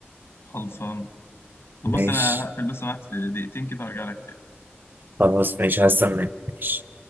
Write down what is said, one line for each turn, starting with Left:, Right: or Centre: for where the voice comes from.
Left: خلصان طب
Right: ماشي
Left: بص انا هقفل بس معاك دقيقتين كده وارجع لك تاني
Right: خلاص ماشي هستناك ماشي